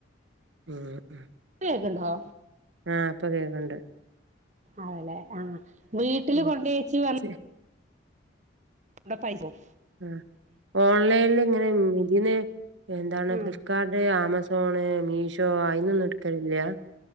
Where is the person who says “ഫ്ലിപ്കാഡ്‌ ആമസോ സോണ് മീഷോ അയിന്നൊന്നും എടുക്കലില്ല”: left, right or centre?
Right